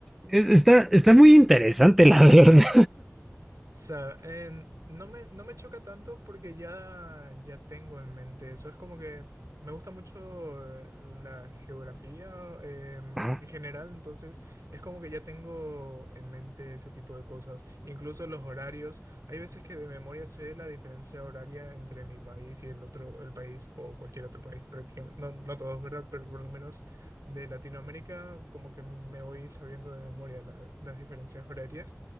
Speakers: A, in the centre; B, on the right.
A: es- está, está muy interesante, la <laughs> verdad.
B: sea, en- no me, no me choca tanto porque ya, ya tengo en mente eso. Es como que me gusta mucho eh, la geografía eh, en
A: Ah,
B: general, entonces es como que ya tengo en mente ese tipo de cosas. Incluso los horarios. Hay veces que de memoria sé la diferencia horaria entre mi país y el otro, el país o cualquier otro país, prácticamente. No, no todos, ¿verdad? Pero por lo menos de Latinoamérica, como que me voy sabiendo de memoria la- las diferencias horarias